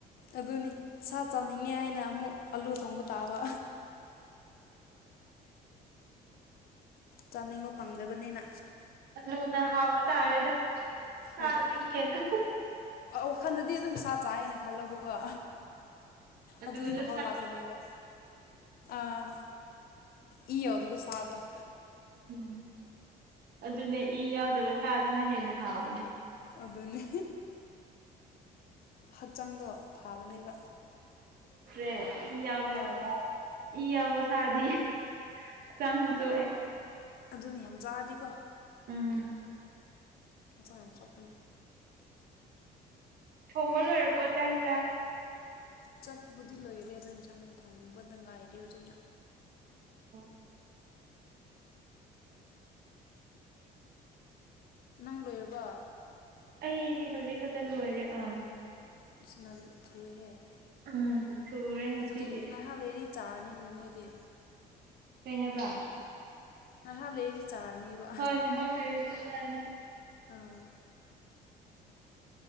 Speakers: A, on the left (about 60°); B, on the right (about 65°).
A: ꯑꯗꯨꯅꯤ ꯁꯥ ꯆꯥꯅꯤꯡꯉꯦ ꯍꯥꯏꯅ ꯑꯃꯨꯛ ꯑꯂꯨ ꯊꯣꯡꯕ ꯇꯥꯕ ꯆꯥꯅꯤꯡꯕ ꯐꯪꯗꯕꯅꯤꯅ
B: ꯂꯨꯅ ꯍꯥꯎꯕ ꯇꯥꯔꯦꯗ ꯁꯥꯗꯤ
A: ꯍꯣꯏꯗ
B: ꯈꯦꯅ
A: ꯋꯥꯈꯜꯗꯗꯤ ꯑꯗꯨꯝ ꯁꯥ ꯆꯥꯏꯅ ꯈꯜꯂꯣꯕꯀꯣ
B: ꯑꯗꯨ
A: ꯑꯗꯨꯗꯤ
B: ꯑꯗꯨꯗ
A: ꯃꯍꯥꯎ ꯂꯥꯛꯀꯅꯦꯕ ꯑꯥ ꯏ ꯑꯣꯗꯨ ꯁꯥꯗ
B: ꯎꯝ ꯑꯗꯨꯅꯦ ꯏ ꯌꯥꯎꯗꯕ ꯁꯥꯗꯨꯅ ꯍꯦꯟꯅ ꯍꯥꯎꯕꯅꯦ
A: ꯑꯗꯨꯅꯤ ꯍꯛꯆꯥꯡꯗꯣ ꯐꯕꯅꯦꯕ
B: <inaudible>
A: ꯑꯥ
B: ꯏ ꯌꯥꯎꯕ ꯁꯥꯗꯤꯛ ꯆꯥꯡ ꯇꯣꯛ ꯏ
A: ꯑꯗꯨꯅ ꯌꯥꯝ ꯆꯥꯔꯗꯤꯀꯣ
B: ꯎꯝ
A: ꯃꯆ ꯌꯥꯝ ꯁꯣꯛꯄꯅꯤ
B: ꯊꯣꯡꯕ ꯂꯣꯏꯔꯕꯣꯖꯥ ꯌꯦꯟꯖꯥꯡ
A: ꯆꯥꯛꯕꯨꯗꯤ ꯂꯣꯏꯔꯦ ꯑꯗꯣ ꯏꯟꯁꯥꯡ ꯊꯣꯡꯕꯗ ꯉꯥꯏꯔꯦ ꯍꯧꯖꯤꯛꯅ
B: ꯑꯣ
A: ꯅꯪ ꯂꯣꯏꯔꯕ
B: ꯑꯩꯗꯤ ꯍꯧꯖꯤꯛ ꯈꯛꯇ ꯂꯣꯏꯔꯦ ꯑꯥ
A: <inaudible>
B: ꯎꯝ ꯊꯨꯔꯦ ꯉꯁꯤꯗꯤ
A: ꯑꯗꯨꯗꯤ ꯉꯥꯏꯍꯥꯛ ꯂꯩꯔꯗꯤ ꯆꯥꯔꯅꯤꯅ ꯅꯣꯏꯗꯤ
B: ꯀꯩ ꯍꯥꯏꯕ
A: ꯉꯥꯏꯍꯥꯛ ꯂꯩꯔꯗꯤ ꯆꯥꯔꯅꯤꯕ
B: ꯍꯣꯏ ꯉꯥꯏꯍꯥꯛ ꯂꯩꯔꯁꯨ ꯆꯥꯔꯅꯤ
A: ꯑꯥ